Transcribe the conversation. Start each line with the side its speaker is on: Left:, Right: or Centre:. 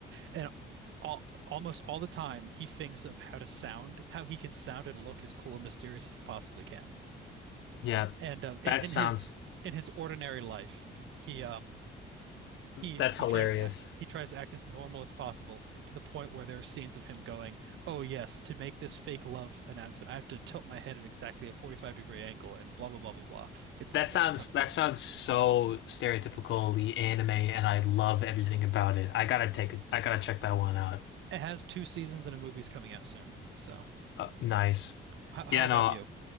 Right: And all almost all the time he thinks of how to sound, how he can sound and look as cool and mysterious as he possibly can.
Left: Yeah,
Right: And um in,
Left: that
Right: in
Left: sounds
Right: his in his ordinary life, he um he's
Left: that's
Right: he
Left: hilarious.
Right: tries to act, he tries to act as normal as possible to the point where there are scenes of him going, "Oh yes, to make this fake love announcement, I have to tilt my head at exactly a 45 degree angle and blah blah blah blah blah." It's
Left: That
Right: it's
Left: sounds
Right: a ton of.
Left: that sounds so stereotypically anime, and I love everything about it. I gotta take I gotta check that one out.
Right: It has two seasons and a movie's coming out soon. So
Left: Uh, nice.
Right: how, how
Left: Yeah,
Right: about
Left: no,
Right: you?